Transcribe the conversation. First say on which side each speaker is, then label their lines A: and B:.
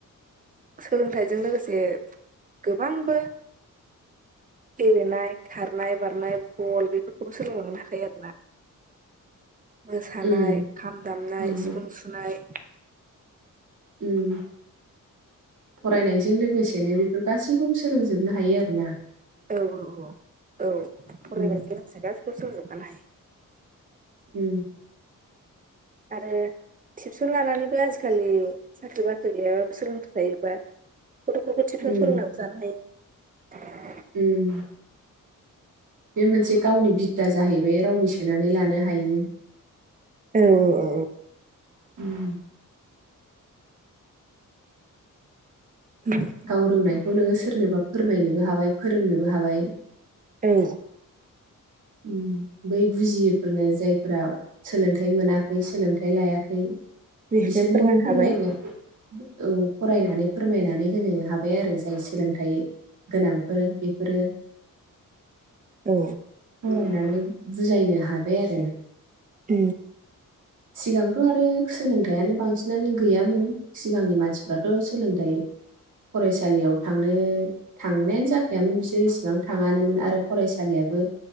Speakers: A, on the right (about 25°); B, on the right (about 65°).
A: सोलोंथाइजों लोगोसे गोबांबो गेलेनाय, खारनाय, बारनाय, बल, बेफोरखौबो सोलोंलांनो हाखायो आरोना ‌। मोसानाय
B: उम
A: खाम दामनाय
B: नंगौ
A: सिफुं सुनाय
B: उम। फरायनायजों लोगोसेनो बेफोर गासैखौबो सोलोंजोबनो हायो आरो ना।
A: औ औ औ औ फरायनायजों
B: उम
A: लोगोसे गासिखौबो सोलोंजोब खानो हायो।
B: उम।
A: आरो टिबसन लानानैबो आजिखालि साख्रि बाख्रि गैयाबाबो सोलोंथाइ थायोबा गथ'फोरखौ थिबसन
B: उम
A: फोरोंनानैबो जानो हायो।
B: उम। बे मोनसे गावनि बिद्दा जाहैबाय रावबो सेनानै लानो हायि।
A: औ औ औ।
B: उम।
A: उम।
B: गाव रोंनायखौ नोङो सोरनोबा फोरमायनोबो हाबाय फोरोंनोबो हाबाय।
A: औ।
B: उम बै बुजियै फोरनो जायफोरा सोलोंथाइ मोनाखै सोलोंथाइ लायाखै
A: बेखौनो
B: बिसोरनोबो फोरमायनो
A: हाबाय
B: औ फरायनानै फोरमायनानै होनो हाबाय आरो जाय सोलोंथाइ गोनांफोर बेफोरो
A: औ
B: फरायनानै बुजायनो हाबाय आरो।
A: उम
B: सिगांथ' आरो सोलोंथाइयानो बांसिनानो गैयामोन सिगांनि मानसि फ्राथ' सोलोंथाइ फरायसालियाव थांनो थांनायानो जाखायामोन बिसोर एसेबां थाङानोमोन आरो फरायसालियाबो